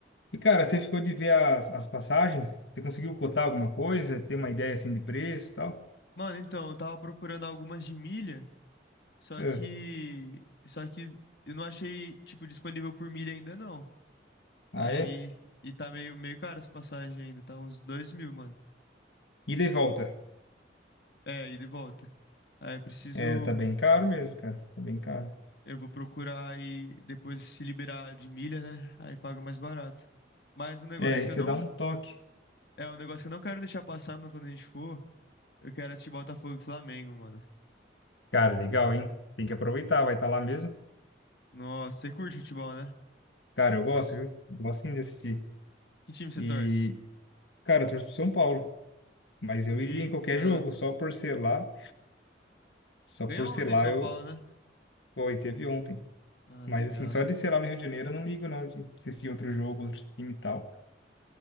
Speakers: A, on the left; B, on the left.
A: E, cara, você ficou de ver as, as passagens? Você conseguiu cotar alguma coisa? Ter uma ideia, assim, de preço e tal?
B: Mano, então, eu tava procurando algumas de milha, só
A: É.
B: que. Só que eu não achei, tipo, disponível por milha ainda não. Aí.
A: Ah, é?
B: E tá meio, meio caro essa passagem ainda, tá uns dois mil, mano.
A: Ida e volta.
B: É, ida e volta. Aí eu preciso.
A: É, tá bem caro mesmo, cara. Tá bem caro.
B: Eu vou procurar e depois se liberar de milha, né? Aí paga mais barato. Mas um negócio
A: É, e
B: que
A: você
B: eu não.
A: dá um toque.
B: É um negócio que eu não quero deixar passar, mano, quando a gente for. Eu quero assistir Botafogo e Flamengo, mano.
A: Cara, legal, hein? Tem que aproveitar, vai estar lá mesmo.
B: Nossa, você curte futebol, né?
A: Cara, eu gosto, viu? Eu Gosto sim de assistir.
B: Que time você
A: E,
B: torce?
A: Cara, eu torço pro São Paulo, mas eu
B: Eita.
A: iria em qualquer jogo, só por ser lá, só
B: Ganhou
A: por ser
B: ontem
A: lá
B: São
A: eu,
B: Paulo, né?
A: pô, e teve ontem.
B: Ah,
A: Mas
B: legal.
A: assim, só de ser lá no Rio de Janeiro eu não ligo não, de assistir outro jogo, outro time e tal.